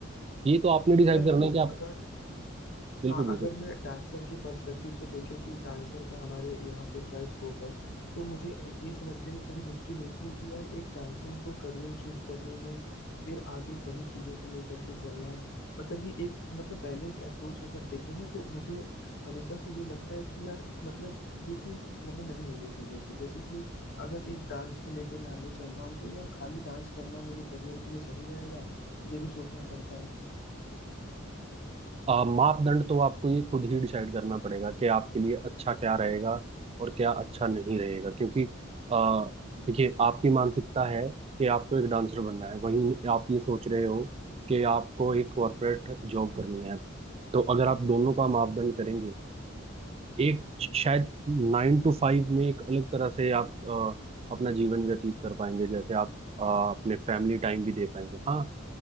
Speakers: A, on the right; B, on the left.
A: ये तो आपने डिसाइड
B: यार
A: करना
B: लेकिन
A: है कि आप
B: अगर
A: बिल्कुल
B: हाँ
A: बिल्कुल
B: अगर मैं डांसर के पर्सपेक्टिव से देखे कि डांसर का हमारे यहाँ पे क्या स्कोप है तो मुझे ये समझने में थोड़ी मुश्किल होती है कि यार एक डांसिंग को करियर चूज करने में फिर आगे सही चीजों को लेकर के चलना मतलब कि एक मतलब बैलेंस अप्रोच अगर देखे ना तो मुझे हमेशा से ये लगता है कि यार मतलब ये चीज मतलब नहीं होनी चाहिए थी जैसे कि अगर एक डांस को लेके मैं आगे चल रहा हूँ तो यार खाली डांस करना मेरे करियर के लिए सही रहेगा ये भी सोचना पड़ता है
A: आ, मापदंड तो आपको ये खुद ही डिसाइड करना पड़ेगा कि आपके लिए अच्छा क्या रहेगा और क्या अच्छा नहीं रहेगा क्योंकि आ, देखिए आपकी मानसिकता है कि आपको एक डांसर बनना है वहीं आप ये सोच रहे हो कि आपको एक कॉरपोरेट जॉब करनी है तो अगर आप दोनों का मापदंड करेंगे एक शायद नाइन टू फाइव में एक अलग तरह से आप आ, अपना जीवन व्यतीत कर पाएंगे जैसे आप आ, अपने फैमिली टाइम भी दे पाएंगे हाँ